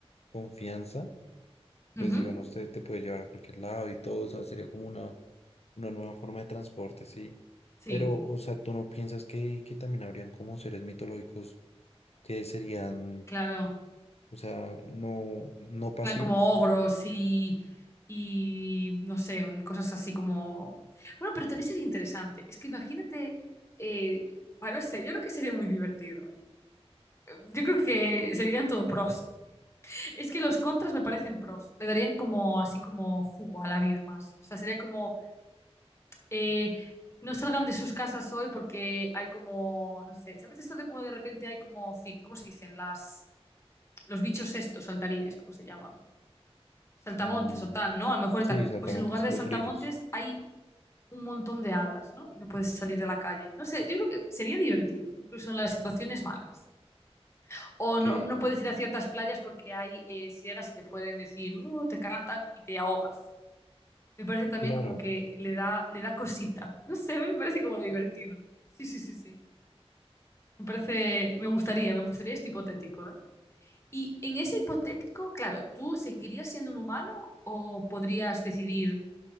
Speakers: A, on the left (about 75°); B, on the left (about 25°).
A: confianza,
B: Ujú.
A: pues digamos, te, te puede llevar a cualquier lado y todo, o sea, sería como una, una nueva forma de transporte, ¿sí?
B: Sí,
A: Pero, o sea, ¿tú no piensas que, que también habrían como seres mitológicos que serían,
B: claro.
A: o sea, no, no pasivos?
B: En plan como
A: No,
B: ogros y, y no sé, cosas así como... Bueno, pero también sería interesante. Es que imagínate, eh, bueno, no sé, yo creo que sería muy divertido, ¿eh? Yo creo que serían todo pros. Es que los contras me parecen pros. Le darían como así como jugo a la vida más. O sea, sería como eh, no salgan de sus casas hoy porque hay como, no sé, ¿sabes esto de cómo de repente hay como, ci- ¿cómo se dicen? Las, los bichos estos, saltarines, ¿cómo se llaman? saltamontes
A: eh,
B: o tal, ¿no? A lo mejor
A: sí,
B: y tal.
A: exactamente,
B: Pues en lugar de
A: los
B: saltamontes
A: grillos.
B: hay un montón de hadas, ¿no? Y no puedes salir de la calle. No sé, yo creo que sería divertido, incluso en las situaciones malas. O
A: Ok,
B: no, no puedes ir a ciertas playas porque hay eh, sirenas y te pueden decir, "Uh, te cantan y te ahogas. Me parece también
A: claro.
B: como que le da, le da cosita. No sé, me parece como divertido. Sí, sí, sí, sí. Me parece, me gustaría, me gustaría este hipotético, ¿eh? Y en ese hipotético, claro, ¿tú seguirías siendo un humano o podrías decidir